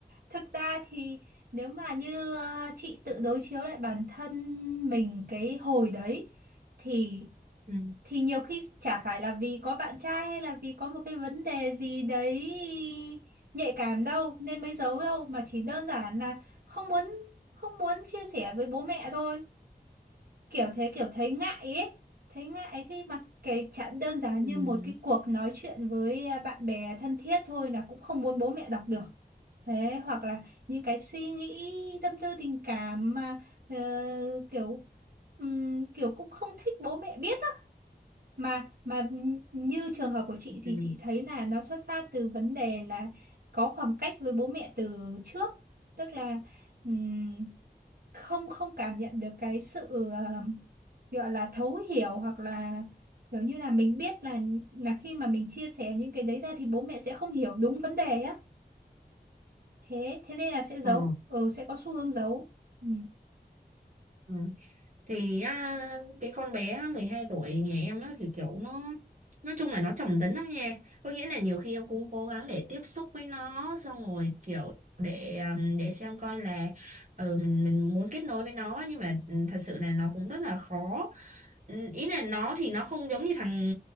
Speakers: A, on the right; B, on the right.
A: thực ra thì nếu mà như ờ, chị tự đối chiếu lại bản thân mình cái hồi đấy thì
B: Ừ.
A: thì nhiều khi chả phải là vì có bạn trai hay là vì có một cái vấn đề gì đấy nhạy cảm đâu nên mới giấu đâu mà chỉ đơn giản là không muốn không muốn chia sẻ với bố mẹ thôi kiểu thế kiểu thấy ngại ấy thấy ngại khi mà cái chẳng đơn giản
B: Ừ.
A: như một cái cuộc nói chuyện với à, bạn bè thân thiết thôi là cũng không muốn bố mẹ đọc được thế hoặc là những cái suy nghĩ tâm tư tình cảm mà ờ, kiểu ừm, kiểu cũng không thích bố mẹ biết á mà mà như trường hợp của chị thì
B: Ừ.
A: chị thấy là nó xuất phát từ vấn đề là có khoảng cách với bố mẹ từ trước tức là ừm, không không cảm nhận được cái sự ờ, gọi là thấu hiểu hoặc là kiểu như là mình biết là là khi mà mình chia sẻ những cái đấy ra thì bố mẹ sẽ không hiểu đúng vấn đề á thế thế nên là sẽ giấu
B: Ờ.
A: ừ sẽ có xu hướng giấu ừ
B: Ừ. thì á, cái con bé 12 tuổi nhà em nó thì kiểu nó nói chung là nó trầm tính lắm nha có nghĩa là nhiều khi em cũng cố gắng để tiếp xúc với nó xong rồi kiểu để um, để xem coi là ừ, mình mình muốn kết nối với nó nhưng mà ừ, thật sự là nó cũng rất là khó Ừ, ý là nó thì nó không giống như thằng